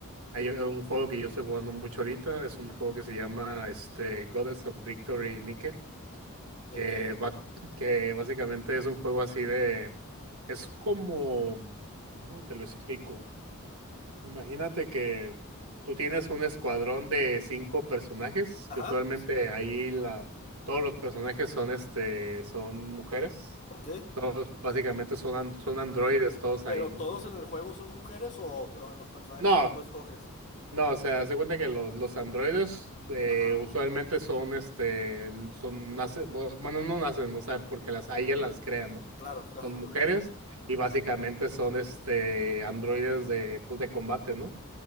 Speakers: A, on the right; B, on the left.
A: Hay un juego que yo estoy jugando mucho ahorita, es un juego que se llama este, Goddess of Victory Nike,
B: ¿de
A: que,
B: qué es?
A: ba- <clears throat> que básicamente es un juego así de... Es como... ¿Cómo te lo explico? Imagínate que tú tienes un escuadrón de cinco personajes,
B: Ajá,
A: que usualmente ahí la, todos los personajes son, este, son mujeres.
B: ok.
A: Todos, básicamente son, an- son androides todos
B: ¿Pero
A: ahí, ¿no?
B: todos en el juego son mujeres o, o en los personajes
A: No,
B: que tú escoges?
A: No, o sea, haz de cuenta que lo- los androides eh,
B: Ajá,
A: usualmente son, este, son, nace, bu- bueno, no nacen, o sea, porque las, a ellas las crean, ¿no?
B: claro, claro.
A: Son mujeres
B: <laughs>
A: y básicamente son, este, androides de, pues, de combate, ¿no?